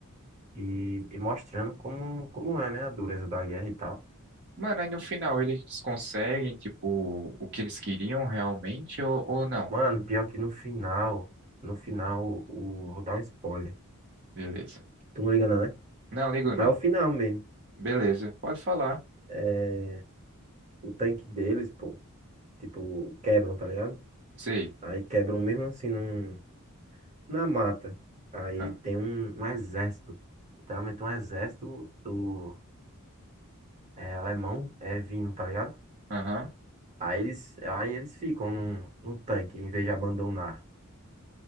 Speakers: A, on the right (about 35°); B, on the right (about 55°).
A: E, e mostrando como, como é, né? A dureza da guerra e tal.
B: Mano, aí no final eles conseguem, tipo, o que eles queriam realmente ou, ou não?
A: Mano, pior que no final, no final, o, vou dar um spoiler.
B: Beleza.
A: Tu não liga não, né?
B: Não, ligo
A: Mas
B: não.
A: é o final mesmo.
B: Beleza, pode falar.
A: É, o tanque deles, pô, tipo, quebram, tá ligado?
B: Sei.
A: Aí quebram mesmo assim num, na mata. Aí
B: Ah,
A: tem um, um exército. Literalmente um exército do é, alemão é vindo, tá ligado?
B: Aham,
A: Aí eles, aí eles ficam num, no tanque, em vez de abandonar.